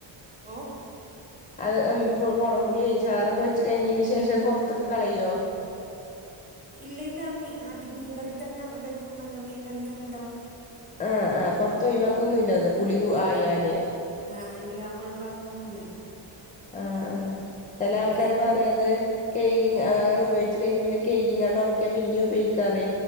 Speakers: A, on the right; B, on the left.
A: <unintelligible>
B: അത് മ് കൊടംപുള്ളി ചാറൊക്കെ വെച്ച് കഴിഞ്ഞന് ശേഷം പുൊറത്തൊക്ക് കളയോ?
A: ഇല്ലല്ല മീ അത് മീൻകറി തന്നെ വെക്കും ങ്ങ മീൻകറി തന്നെ ണ്ടാവും.
B: ആഹ് ആഹ് പുറത്ത ഒഴിവാക്കൊന്നുംല്ലത് പുളി
A: ഇല്ല
B: ആയാല്
A: ആഹ് ഇല്ല ഒഴിവാക്കൊന്നുംല്ല.
B: ആഹ് ആഹ് ചില ആൾക്കാര്
A: ഭയങ്കര
B: പറയും അത് കഴ
A: ഉം
B: അങ്ങനെ ഉപയോഗിച്ചച്ച് കഴിഞ്ഞഞ് പിന്നെ കേകിങ്ങോണക്ക ഇന്ന ഉപയോഗിക്കാറി.